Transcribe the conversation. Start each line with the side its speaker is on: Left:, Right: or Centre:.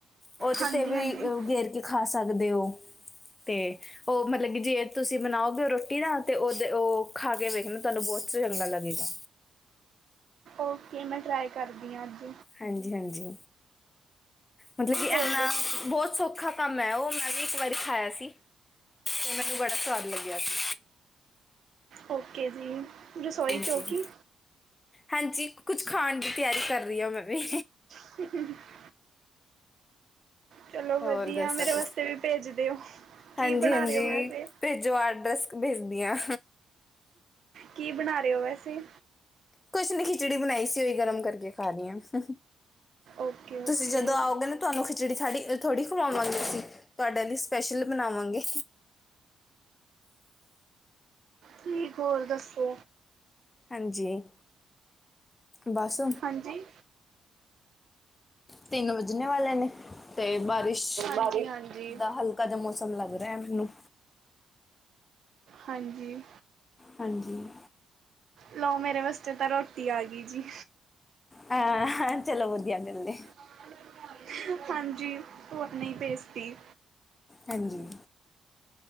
Left: ਉਹਦੇ
Right: ਹਾਂਜੀ
Left: ਤੇ ਵੀ
Right: ਹਾਂਜੀ
Left: ਗੇਰ ਕੇ ਖਾ ਸਕਦੇ ਹੋ ਤੇ- ਉਹ ਮਤਲਬ ਕਿ ਜੇ ਤੁਸੀਂ ਬਣਾਓਗੇ ਰੋਟੀ ਦਾ, ਤੇ ਉਹਦੇ ਉਹ ਖਾ ਕੇ ਵੇਖਣਾ ਤੁਹਾਨੂੰ ਬਹੁਤ ਚੰਗਾ ਲੱਗੇਗਾ
Right: ਓਕੇ ਮੈਂ ਟਰਾਈ ਕਰਦੀ ਹਾਂ ਅਜ
Left: ਹਾਂਜੀ- ਹਾਂਜੀ, ਮਤਲਬ ਕਿ
Right: ਹੋਰ
Left: ਇੰਨਾ
Right: ਦੱਸੋ ਤੁਸੀਂ
Left: ਬਹੁਤ ਸੌਖਾ ਕਮ ਹੈ। ਉਹ ਮੈਂ ਵੀ ਇਕ ਵਾਰੀ ਖਾਇਆ ਸੀ ਤੇ ਮੈਨੂੰ ਬੜਾ ਸਵਾਦ ਲਗਿਆ ਸੀ।
Right: ਓਕੇ ਜੀ- ਰਸੋਈ
Left: ਹਾਂਜੀ-
Right: ਚੌਕੀ
Left: ਹਾਂਜੀ ਕੁਛ ਖਾਣ ਦੀ ਤਿਆਰੀ ਕਰ ਰਹੀ ਹਾਂ ਮੈ ਵੀ
Right: ਠਕ <unintelligible> <unintelligible> ਚਲੋ ਵਧੀਆ,
Left: ਹੋਰ ਦੱਸੋ
Right: ਮੇਰੇ
Left: ਤੁਸੀਂ
Right: ਵਾਸਤੇ ਵੀ ਭੇਜ ਦਿਓ ਕੀ
Left: ਹਾਂਜੀ
Right: ਬਣਾ
Left: ਹਾਂਜੀ
Right: ਰਹੇ ਹੋ ਵੈਸੇ
Left: ਭੇਜੋ ਐਡਰੈਸ ਭੇਜਦੀ ਹਾਂ
Right: ਕੀ ਬਣਾ ਰਹੇ ਹੋ ਵੈਸੇ
Left: ਕੁਛ ਨੀ ਖਿਚੜੀ ਬਣਾਈ ਸੀ ਉਹੀ ਗਰਮ ਕਰਕੇ ਖਾ ਰਹੀ ਹਾਂ।
Right: ਓਕੇ ਓਕੇ
Left: ਤੁਸੀ ਜਦੋ ਆਓਗੇ ਨਾ ਤੁਹਾਨੂੰ ਖਿਚੜੀ ਸਾਡੀ ਥੋੜ੍ਹੀ ਖਵਾਂਗੇ, ਅਸੀ ਤੁਹਾਡੇ ਲਈ ਸਪੈਸ਼ਲ ਬਣਾਵਾਂਗੇ
Right: ਠੀਕ ਹੋਰ ਦਸੋ,
Left: ਹਾਂਜੀ ਬਸ
Right: ਹਾਂਜੀ-
Left: ਤਿੰਨ ਵੱਜਣੇ ਵਾਲੇ ਨੇ- ਤੇ ਬਾਰਿਸ਼,
Right: ਹਾਂਜੀ ਹਾਂਜੀ
Left: ਦਾ ਹਲਕਾ ਜਿਹਾ ਮੌਸਮ ਲਗ ਰਿਹਾ ਹੈ। ਮੈਨੂੰ
Right: ਹਾਂਜੀ-
Left: ਹਾਂਜੀ-
Right: ਲਓ ਮੇਰੇ ਵਾਸਤੇ ਤਾਂ ਰੋਟੀ ਆ ਗਈ ਜੀ।
Left: ਹਾਂ ਚਲੋ ਵਧੀਆ ਮਿਲਦੇ
Right: <unintelligible> <unintelligible> ਹਾਂਜੀ, ਉਹ ਨਹੀ ਭੇਜਤੀ
Left: ਹਾਂਜੀ-